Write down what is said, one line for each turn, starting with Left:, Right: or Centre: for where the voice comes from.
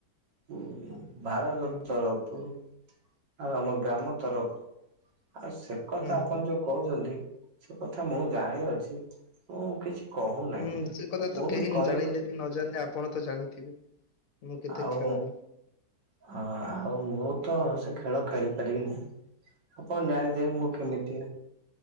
Right: ହୁ ଭାରତ
Left: ହୁଁ
Right: ତରଫରୁ ଆଉ ଆମ ଗ୍ରାମ ତରଫୁ ଆଉ ସେ କଥା
Left: ହୁଁ।
Right: ଆପଣ ଯୋଉ କହୁଛନ୍ତି ସେ କଥା ମୁଁ ଜାଣିଅଛି ମୁଁ କିଛି କହୁନାହିଁ
Left: ହ୍ନୁ ସେ କଥା
Right: ମୁଁ
Left: ତ କେହି
Right: ବି କରି
Left: ଜାଣିଲେ ବି ନ ଜାଣିଲେ ଆପଣ ତ ଜାଣିଥିବେ। ମୁଁ କେତେ
Right: ଆଉ
Left: ଖେଳାଳି
Right: ହଁ ଆଉ ମୁଁ ତ ସେ ଖେ ଖେଳ ଖେଳିପାରିବି ନାହିଁ ଆପଣ ଜାଣିଥିବେ ମୁଁ କେମିତୀଆ